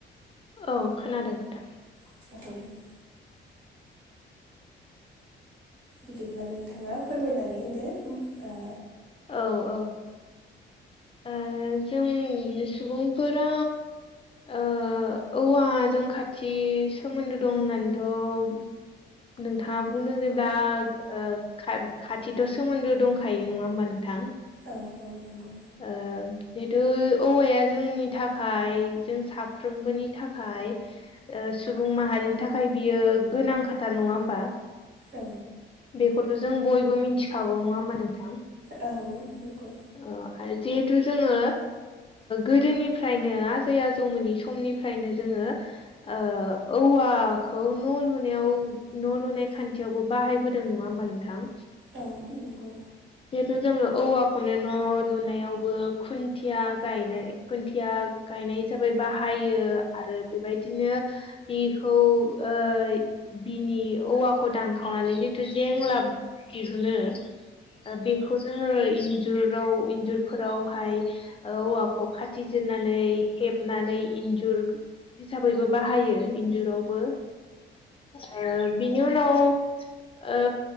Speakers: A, on the left (about 30°); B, on the right (about 70°).
A: औ खोनादों नोंथां।
B: <unintelligible> बिदिब्ला नोंथाङा फोरमायनानै होदो ओ
A: औ औ ओ जोंनि सुबुंफोरा ओ औवाजों खाथि सो मोन्दो दं होननानैथ' नोंथाङा बुंदों जे दा ओ खाथिथ' सोमोन्दो दंखायो नङा होमबा नोंथां?
B: औ औ नंगौ।
A: ओम जिहेतु औवाया जोंनि थाखाय जों साफ्रोमबोनि थाखाय सुबुं माहारिनि थाखाय बियो गोनां खाथार नङा होमबा?
B: औ
A: बेखौथ' जों बयबो मिथिखागौ नङा होमबा नोंथां?
B: औ नंगौ।
A: औ आरो जिहेथु जोङो गोदोनिफ्रायनो आजै आजौमोननि समनिफ्रायनो जोङो ओ औवाखौ न' लुनायाव न' लुनाय
B: खान्थियावबो बाहायबोदों नङा होमबा नोंथां? औ नंगौ औ नंगौ सुबुंफोरा आजै आजौमोननिफ्राय मोनथिबोनाय
A: खान्थियाव बो बाहायबोदों। नङा होमबा नोंथां?
B: औ नंगौ।
A: जिहेतु जोङो औवाखौनो न' लुनायावबो खुन्थिया गायनाय खुन्थिया गायनाय जाबाय बाहायो आरो बेबायदिनो बेखौ ओ बिनि औवाखौ दानखावनानै जिथु जेंलाब दिहुनो बेखौ जोङो इन्जुराव इन्जुरफोरावहाय औवाखौ खाथिजिरनानै हेबनानै इन्जुर हिसाबैबो बाहायो इन्जुरावबो। ओ बिनि उनाव ओ